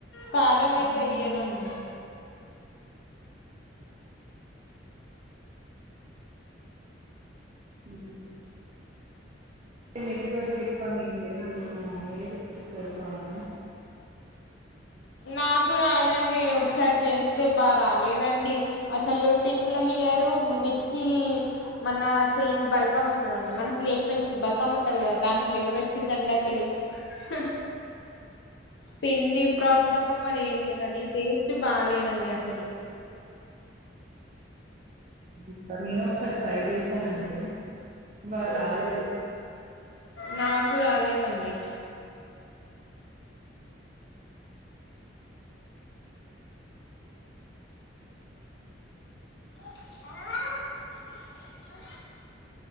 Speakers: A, on the left (about 70°); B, on the right (about 35°).
A: కారం అయితే ఎయ్యానుండి
B: హ్మ్ మజబజ ఎక్కువ నేం లేనండి మ అన్నీస్తారు బాగా
A: నాకు రాదండి ఒకసారి చేస్తే బాగా రాలేదండి అసలు తిన్ల హెయర్ మిర్చి మన సేమ్ బల్పం మనసలు ఎ పెచి బలపం ఉంటది క దాని ఫ్లేవర్ వచ్చిందండి అసలు హ పిండి ప్రప్ ప్రాబ్లమ్ మరి ఏంటోగానీ టేస్ బాలేదండి అసలు
B: ఇంకా నేను ఒకసారి ట్రై చేసానండి బా రాలేదు
A: నాకు రాలేదండి ఆ